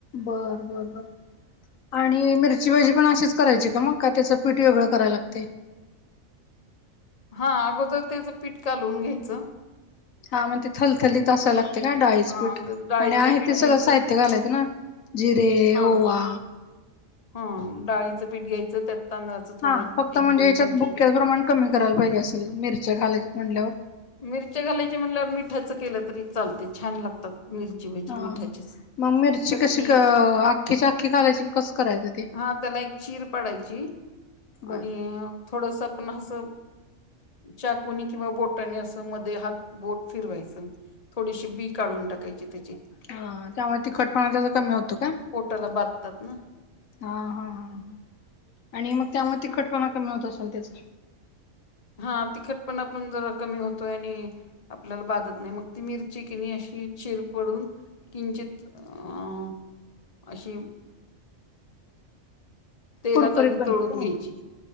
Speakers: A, on the left (about 75°); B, on the left (about 30°).
A: बर बर बर आणि मिरची भजी पण असीच करायची का मग. कि त्याच पीठ वेगळ कराय लागतय.
B: हा अगोदर त्याच पीठ कालवून घ्यायच.
A: हा मग ते थलथलीत असाव लागते का डाळीच
B: हा
A: पीठ.
B: ग- डाळीचं
A: आणि आहे
B: पीठ
A: ते
B: घ्यायचं
A: सगळ साहित्य घालायच ना. जिरे,
B: हा
A: ओवा
B: हा डाळीच पीठ घ्यायच, त्यात तांदळाच थोड
A: हा फक्त म्हणजे
B: एक दोन
A: याच्यात
B: चमचे
A: बुक्क्याच
B: पीठ
A: प्रमाण कमी करायला पाहिजे असेल, मिरच्या घालायच्यात म्हटल्यावर
B: मिरच्या घालायची म्हणल्यावर मिठाच केल तरी चालत. छान लागतात मिरची भजी
A: हा
B: मिठाचीच.
A: ह मग मिरची
B: चटणी,
A: कशी अख्खीची अख्खी घालायची की कसं करायचं ते
B: हा त्याला एक चीर पाडायची.
A: बर
B: आणि थोडस पण अस चाकुनी किंवा बोट अस मध्ये हात बोट फिरवायच. थोडीशी बी काढून टाकायची त्याची.
A: हां तेंव्हा तिखटंपणां त्यांचं कमी होतं कां?
B: पोटलां बांधतात नां
A: आंहा हां हां. आणि मंग त्यामूळे तिखटंपणां कमी होतं असेल त्यांचा.
B: हां तिखटं पणं आपणं जरां कमी होतोय आणि आपल्यांला बांधत नाहीं मंग ती मिर्ची कि नाहीं अशीचीरपडूंन कचितंअं.... अशी तेलांत
A: कुरकुरीत
B: आंधी
A: बनते
B: तळूंन
A: का मग
B: घ्यांयची